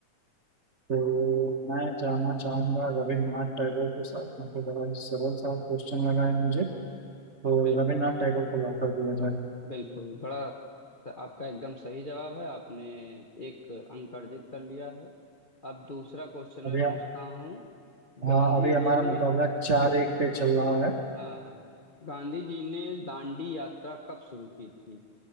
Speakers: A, on the right; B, on the left.
A: तो मैं जानना चाहूंगा रविन्द्रनाथ टैगोर के साथ मतलब बड़ा ही सरल सा क्वेश्चन लगा है मुझे तो
B: बिल्कुल
A: रविन्द्रनाथ टैगोर को लॉक कर दिया जाए
B: बिल्कुल बड़ा आपका एकदम सही जवाब है आपने एक अंक अर्जित कर लिया है अब दूसरा क्वेश्चन मैं
A: अभी
B: पूछता हूँ
A: हाँ
B: गांधी
A: अभी हमारा
B: जी ने
A: मुकाबला चार एक पे चल रहा है
B: हाँ हाँ गांधी जी ने दांडी यात्रा कब शुरू की थी